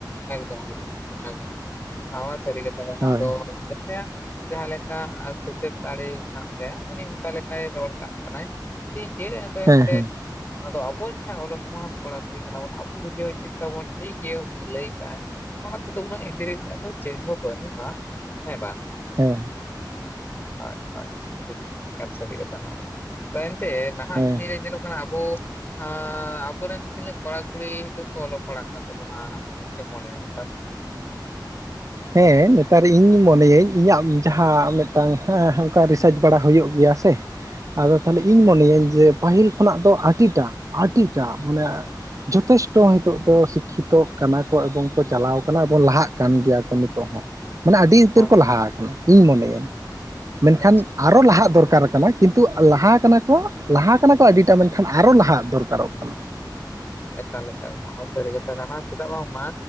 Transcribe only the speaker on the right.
ᱦᱳᱭ
ᱦᱮᱸ
ᱦᱮᱸ
ᱦᱮᱸ ᱾
ᱦᱮᱸ
ᱦᱮᱸ ᱱᱮᱛᱟᱨ ᱤᱧ ᱢᱚᱱᱮ ᱭᱟᱹᱧ ᱤᱧᱟᱜ ᱡᱟᱦᱟᱸ ᱢᱮᱫᱴᱟᱝ ᱦᱮᱸ ᱚᱱᱠᱟ ᱨᱤᱥᱟᱪ ᱵᱟᱲᱟ ᱦᱩᱭᱩᱜ ᱜᱤᱭᱟ ᱥᱮᱼᱼ ᱟᱫᱚ ᱛᱟᱦᱚᱞᱮ ᱤᱧ ᱢᱚᱱᱮ ᱭᱟᱹᱧ ᱡᱮ ᱯᱟᱹᱦᱤᱞ ᱠᱷᱚᱱᱟᱜ ᱫᱚ ᱟᱰᱤ ᱴᱟᱜ ᱟᱰᱤ ᱴᱟᱜ ᱢᱟᱱᱮ ᱚᱼᱼ ᱡᱷᱚᱛᱮᱥᱴᱚ ᱦᱤᱸᱛᱚᱜ ᱫᱚ ᱥᱤᱠᱠᱷᱤᱛᱚᱜ ᱠᱟᱱᱟ ᱠᱚ ᱮᱵᱚᱝ ᱠᱚ ᱪᱟᱞᱟᱣ ᱠᱟᱱᱟ ᱵᱚᱝ ᱞᱟᱦᱟᱜ ᱠᱟᱱ ᱜᱮᱭᱟ ᱱᱤᱛᱚᱜ ᱦᱚᱸ ᱢᱟᱱᱮ ᱟᱰᱤ ᱩᱛᱟᱹᱨ
ᱠᱚ ᱞᱟᱦᱟ ᱟᱠᱟᱱᱟ ᱤᱧ ᱢᱚᱱᱮ ᱭᱟᱹᱧ ᱢᱮᱱᱠᱷᱟᱱ
ᱟᱼᱼ ᱟᱨᱚ ᱞᱟᱦᱟᱜ ᱫᱚᱨᱠᱟᱨ ᱠᱟᱱᱟ ᱠᱤᱱᱛᱩ ᱞᱟᱦᱟ ᱠᱟᱱᱟ ᱠᱚ ᱞᱟᱦᱟ ᱠᱟᱱᱟ ᱠᱚ ᱟᱰᱤ ᱴᱟᱜ ᱢᱮᱱ ᱠᱷᱟᱱ ᱟᱨᱚ ᱞᱟᱦᱟᱜ ᱫᱚᱨᱠᱟᱨᱚᱜ ᱠᱟᱱᱟ᱾